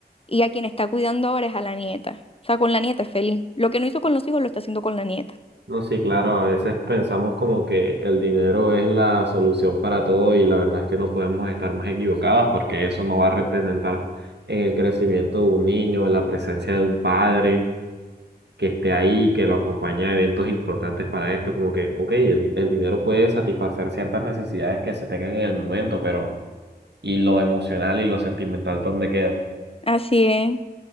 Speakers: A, on the left; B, on the right.
A: Y a quien está cuidando ahora es a la nieta. O sea, con la nieta es feliz. Lo que no hizo con los hijos lo está haciendo con la nieta.
B: No, sí, claro, a veces pensamos como que el dinero es la solución para todo y la verdad es que no podemos estar más equivocadas porque eso no va a representar en el crecimiento de un niño, en la presencia de un padre que esté ahí, que lo acompañe a eventos importantes para esto, como que, ok, el, el dinero puede satisfacer ciertas necesidades que se tengan en el momento, pero ¿y lo emocional y lo sentimental dónde queda?
A: Así es,